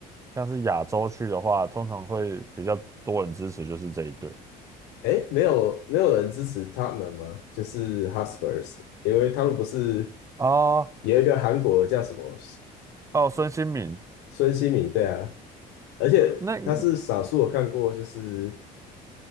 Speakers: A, on the right; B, on the left.
A: 像是亚洲区的话，通常会比较多人支持就是这一队
B: 哎，没有没有人支持 Tottenham 吗？就是 h u s p e r s 因为他们不是
A: 啊。
B: 有一个韩国叫什么
A: 哦，孙兴慜，
B: 孙兴慜，对啊，而且他是少数我看过，
A: 那
B: 就是